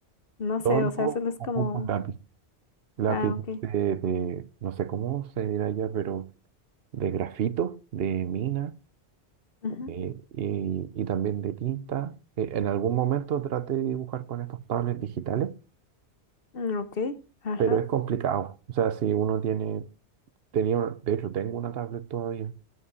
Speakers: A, on the left (about 55°); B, on the right (about 60°).
A: no sé,
B: Solo
A: o sea, solo es
B: ocupo
A: como,
B: un lápiz, lápiz
A: ah, ok.
B: de, de- no sé cómo se dirá ya, pero de grafito, de mina.
A: Ujú.
B: Sí, y, y también de tinta. Eh, En algún momento traté de dibujar con estos tablets digitales,
A: Mm, ok, ajá.
B: pero es complicado. O sea, si uno tiene, tenía, una- de hecho tengo una tablet todavía,